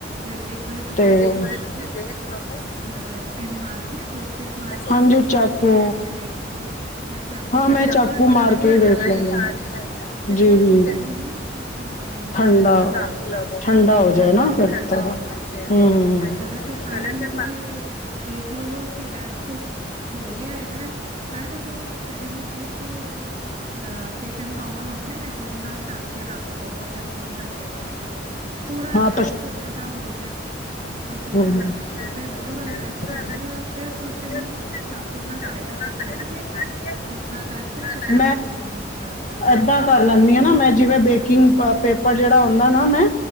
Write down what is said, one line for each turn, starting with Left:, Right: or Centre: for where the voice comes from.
Right: ਵਿੱਚ ਇੱਕ ਵਾਰੀ ਤੁਸੀਂ
Left: ਤੇ ਇਕ
Right: ਦੇਖ
Left: ਵਾਰੀ
Right: ਲਵੋ
Left: ਤੁਸੀਂ ਦੇਖ ਲਵੋ
Right: ਅ ਪਿੰਨ ਮਾਰ ਕੇ ਟੂਥਪਿਕ ਮਾਰ ਕੇ
Left: ਹਾਂਜੀ ਚਾਕੂ
Right: ਤੁਸੀਂ ਦੇਖ ਲਓ ਜਾਂ ਚਾਕੂ
Left: ਹਾਂ ਮੈਂ
Right: ਅਗਰ
Left: ਚਾਕੂ
Right: ਪੂਰਾ
Left: ਮਾਰ
Right: ਡਰਾਈ
Left: ਕੇ ਈ ਦੇਖ
Right: ਆ ਰਿਹਾ
Left: ਲੈਂਨੀ
Right: ਹੈਗਾ
Left: ਆਂ।
Right: ਹੈ ਤੇ
Left: ਜੀ-ਜੀ,
Right: ਫਿਰ ਤੁਸੀਂ ਉਹਨੂੰ ਅਹ
Left: ਠੰਡਾ
Right: ਰੱਖ ਲਵੋ
Left: ਰੱਖ ਲਓ। ਠੰਡਾ ਹੋ
Right: ਠੰਡਾ
Left: ਜਾਏ ਨਾ
Right: ਹੋਣ
Left: ਫਿਰ
Right: ਵਾਸਤੇ
Left: ਥੋੜਾ,
Right: ਹਾਂਜੀ
Left: ਹੂੰ-ਹੂੰ
Right: ਪਹਿਲੇ ਪੰਜ
Left: ਪੈਲੇ
Right: ਮਿੰਟ
Left: ਸੇ
Right: ਤੁਸੀਂ ਤੇ ਦੇਖ ਲਵੋ ਕੇ ਐੲ ਬਿਲਕੁਲ ਹੋ ਗੇਆ ਹੈਗੈ ਕੱਢ ਕੇ ਤੇ ਏਨੂੰ ਇੱਕ ਜੇੜਾ ਕਿਚਨ ਟੋਵਲ ਹੁੰਦੈ ਨਾ ਓਦੇ ਨਾਲ ਢੱਕ ਕੇ ਰੱਖ ਦੋ ਅੱਧੇ ਪੌਨੇ ਘੰਟੇ ਵਾਸਤੇ। ਪੂਰਾ
Left: ਹਾਂ
Right: ਰੈਸਟ ਏਦਾ ਹੋ ਜਏ, ਪਸੀਨਾ
Left: ਹਮ
Right: ਨੀ ਆਂਦਾ ਫੇਰ
Left: ਫਿਰ
Right: ਪੂਰਾ ਰੈਸਟ
Left: ਪੂਰਾ
Right: ਹੋ ਜਾਏਗਾ ਫੇਰ ਤੁਸੀਂ
Left: ਫਿਰ
Right: ਓਨੂੰ
Left: ਤੁਸੀਂ
Right: ਚਾਕੂ ਨਾਲ ਸਾਈਡਾਂ
Left: ਪੁੱਠਾ
Right: ਤੋਂ ਕੱਟ ਕੇ
Left: ਕੱਢ ਕੇ
Right: ਪੁੱਠਾ ਕਰਕੇ ਤੇ ਫੇਰ ਤੁਸੀਂ ਏਨੂੰ ਨਿਕਾਲ ਲੈਨਾ।
Left: ਪੁੱਠਾ ਕਰ ਲੈਂਨੀ ਆਂ ਨਾ ਮੈਂ ਜਿਵੇਂ ਬੇਕਿੰਗ ਪੇਪਰ ਜੇੜਾ ਹੁੰਦਾ ਨਾ ਮੈਂ